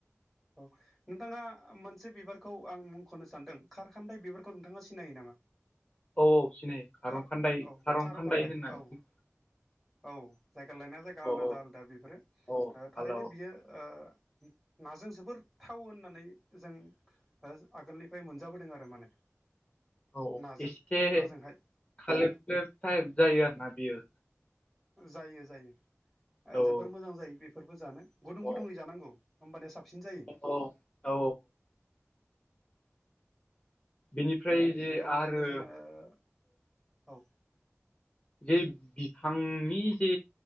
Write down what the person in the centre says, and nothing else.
औ नोंथाङा मोनसे बिबारखौ आं मुंख'नो सानदों खारखामथाय बिबारखौ नोंथाङा सिनायो नामा? <inaudible>
खार
औ
खार'खान्दाय
औ औ जायगा लायनाय जायगा आलादा
आलादा बेफोरो
ओ थारैनो
बियो ओ नाजों जोबोर थाव होननानै जों ओ आगोलनिफ्राय मोनजाबोदों आरो माने।
नाजों
नाजोंहाय
जायो जायो ओ
जोबोर मोजां जायो बेफोरबो जानो गुदुं
गुदुङै जानांगौ होमबानिया साबसिन जायो।
बेनि अनगायैबो
जोङो औ